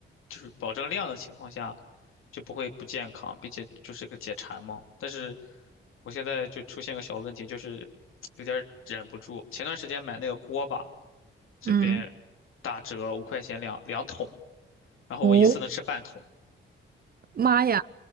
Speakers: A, on the left; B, on the right.
A: 就是保证量的情况下，就不会不健康，并且就是个解馋嘛。但是我现在就出现个小问题，就是有点儿忍不住。前段时间买那个锅巴，这边打折五块钱两两桶，
B: 嗯，
A: 然后我一次能吃半桶。
B: 哦，妈呀，
A: 嗯，